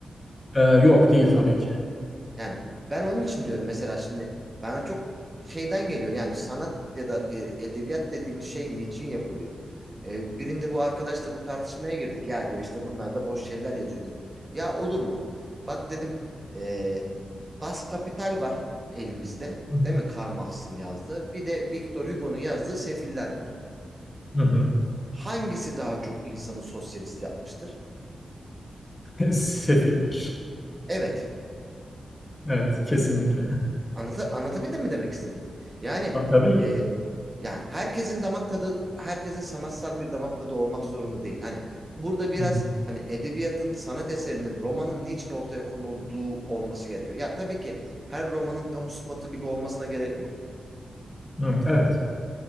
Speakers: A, on the left; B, on the right.
A: E, yok değil tabii ki.
B: Yani ben onun için diyorum mesela şimdi bana çok şeyden geliyor yani sanat ya da e, edebiyat dediğimiz şey niçin yapılıyor? E, birinde bu arkadaşla bu tartışmaya girdik. Ya diyor işte bunlar da boş şeyler yazıyor dedim. Ya olur mu? Bak dedim e, Das Kapital var elimizde.
A: Hı hı.
B: Değil mi? Karl Marx'ın yazdığı. Bir de Victor Hugo'nun yazdığı Sefiller var.
A: Hı hı.
B: Hangisi daha çok insanı sosyalist yapmıştır?
A: <laughs> Sefiller.
B: Evet.
A: Evet, kesinlikle. <laughs>
B: Anlata, anlatabildim mi demek istediğimi? Yani
A: Ta- Tabii
B: e,
A: ki.
B: ya herkesin damak tadı, herkesin sanatsal bir damak tadı olmak zorunda değil. Hani burada biraz
A: Hı hı.
B: hani edebiyatın, sanat eserinin, romanın niçin ortaya konulduğu olması gerekiyor. Ya tabii ki her romanın kamu spotu gibi olmasına gerek yok.
A: Hı, Evet.